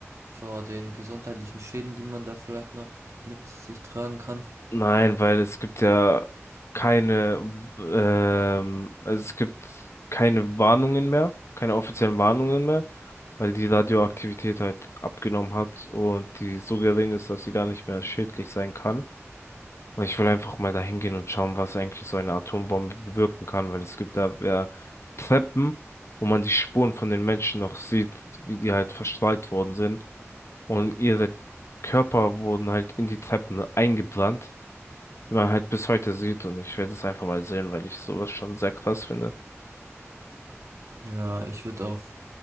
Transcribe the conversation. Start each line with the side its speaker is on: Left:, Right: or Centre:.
Right: vor den gesundheitlichen Schäden, die man da vielleicht noch mit sich tragen kann?
Left: Nein, weil es gibt ja keine, ähm, also es gibt keine Warnungen mehr, keine offiziellen Warnungen mehr, weil die Radioaktivität halt abgenommen hat und die so gering ist, dass sie gar nicht mehr schädlich sein kann. Ich will einfach mal dahin gehen und schauen, was eigentlich so eine Atombombe bewirken kann, weil es gibt da ja Treppen, wo man die Spuren von den Menschen noch sieht, wie die halt verstrahlt worden sind. Und ihre Körper wurden halt in die Treppen eingebrannt, die man halt bis heute sieht. Und ich werde es einfach mal sehen, weil ich sowas schon sehr krass finde.
Right: Ja, ich würde auch,